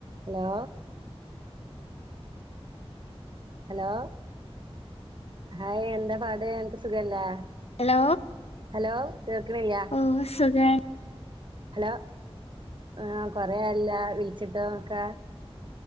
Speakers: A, on the right; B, on the left.
A: Hello? Hello hi എന്താ പാട് എനക്ക് സുഖല്ലേ?
B: Hello
A: hello കേൾക്കണില്ല്യ?
B: ഓ സുഖാണ്
A: ഹലോ ആ കൊറയാല്ലോ വിളിച്ചിട്ടു വൊക്കെ?